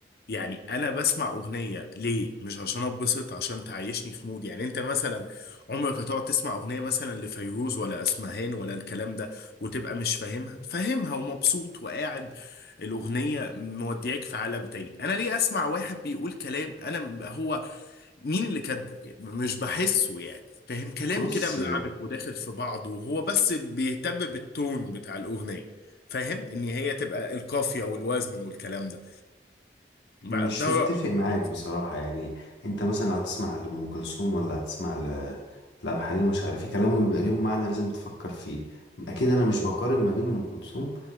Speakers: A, on the left; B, on the left.
A: يعني انا بسمع اغنيه ليه مش عشان اتبسط عشان تعيشني في مود يعني انت مثلا عمرك هتقعد تسمع اغنيه مثلا لفيروز ولا اسمهان ولا الكلام ده وتبقى مش فاهمها فاهمها ومبسوط وقاعد الاغنيه مودياك في عالم تاني انا ليه اسمع واحد بيقول كلام انا م- هو مين اللي كاتبه يعني مش بحسه يعني فاهم كلام
B: بص
A: كده ملعبك وداخل في بعضه وهو بس بيهتم بالتون بتاع الاغنيه فاهم ان هي تبقى القافيه والوزن والكلام ده ما-
B: مش
A: ده رأيي
B: متفق معاك
A: يعني
B: بصراحة يعني انت مثلا لو هتسمع لأم كلثوم ولا هتسمع ل... لعبد الحليم مش عارف ايه كلامه بيبقى ليهم معنى لازم تفكر فيه اكيد انا مش بقارن ما بين أم كلثوم